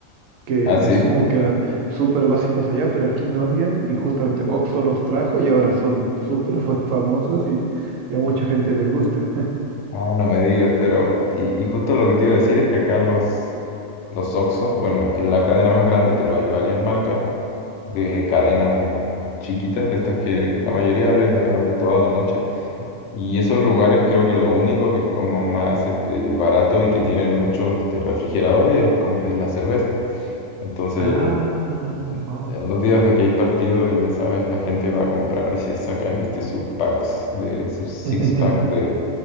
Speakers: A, on the right; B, on the left.
A: que,
B: Ah, sí.
A: que asumo que eran súper básicos allá, pero aquí no habían, y justamente Oxxo los trajo y ahora son súper <laughs> fa- famosos y, y a mucha gente les gusta.
B: Ah, no me digas, pero... Y, y justo lo que te iba a decir es que acá los... los Oxos, bueno, que es la cadena más grande, pero hay varias marcas de cadenas de chiquitas, de estas que la mayoría le abre toda la noche.
A: <laughs>
B: Y esos lugares creo que lo único que es como más este, barato y que tienen muchos este, refrigeradores es, com- es la cerveza. Entonces,
A: Ah, wow.
B: a los días de que hay partido, ya sabes, la gente va a comprar y se sacan este, sus packs, de, sus six
A: <laughs>
B: packs de,